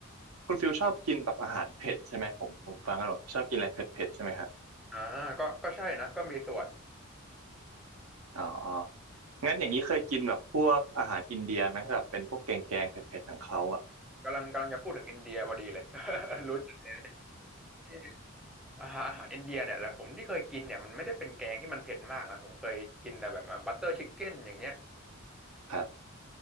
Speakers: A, on the right; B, in the centre.
A: คุณฟิลชอบกินแบบอาหารเผ็ดใช่ไหมผมผมฟังแล้วผมชอบกินอะไรเผ็ดเผ็ดใช่ไหมฮะ
B: อ่าก็ก็ใช่นะก็มีส่วน
A: อ๋อ งั้นอย่างนี้เคยกินแบบพวกอาหารอินเดียไหมแบบเป็นพวกแกงแกงเผ็ดๆของเขาอ่ะ
B: กำลังกำลังจะพูดถึงอินเดียพอดีเลย <laughs> รู้จักที่อาหารอาหารอินเดียเนี่ยแต่ผมที่เคยกินเนี่ยมันไม่ได้เป็นแกงที่มันเผ็ดมากนะผมเคยกินแต่แบบบัตเตอร์ชิคเก้นอย่างเงี้ย
A: <laughs> ครับ